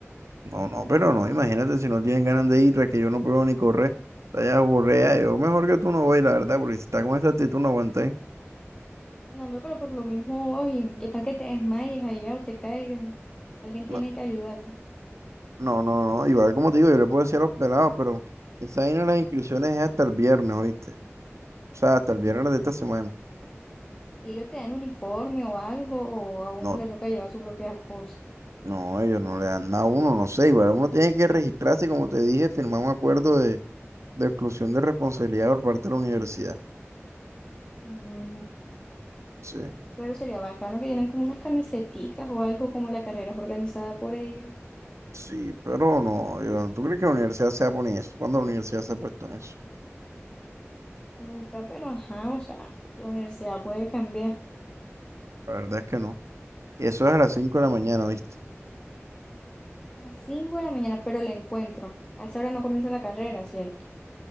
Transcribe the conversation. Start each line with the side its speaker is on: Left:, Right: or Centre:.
Right: No, no, pero no, imagínate si no tienen ganas de ir, es que yo no puedo ni correr. Está ya aburrida, yo mejor que tú no voy, la verdad, porque si está con esa actitud no aguanté.
Left: No, hombre, pero por lo mismo, oye, ¿qué tal que te desmayes allá o te caigas? Alguien tiene
Right: No,
Left: que ayudarte.
Right: no, no, no, igual como te digo, yo le puedo decir a los pelados, pero esa vaina de las inscripciones es hasta el viernes, ¿oíste? O sea, hasta el viernes de esta semana.
Left: Y ellos te dan un uniforme o algo, o a uno
Right: No,
Left: le toca llevar su propia cosa.
Right: no, ellos no le dan nada a uno, no sé, igual uno tiene que registrarse, y, como te dije, firmar un acuerdo de, de exclusión de responsabilidad por parte de la universidad.
Left: Mm,
Right: Sí,
Left: pero sería bacano que dieran como unas camiseticas o algo, como la carrera es organizada por ellos.
Right: sí, pero no, yo, ¿tú crees que la universidad se va a poner eso? ¿Cuándo la universidad se ha puesto en eso?
Left: Nunca, pero ajá, o sea, la universidad puede cambiar.
Right: La verdad es que no. Y eso es a las cinco de la mañana, ¿viste?
Left: A las 5 de la mañana, pero el encuentro. A esa hora no comienza la carrera, ¿cierto?